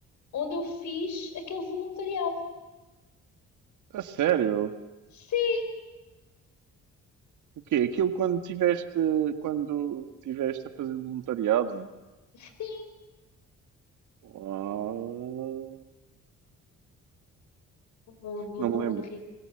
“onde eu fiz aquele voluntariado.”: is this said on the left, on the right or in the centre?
Left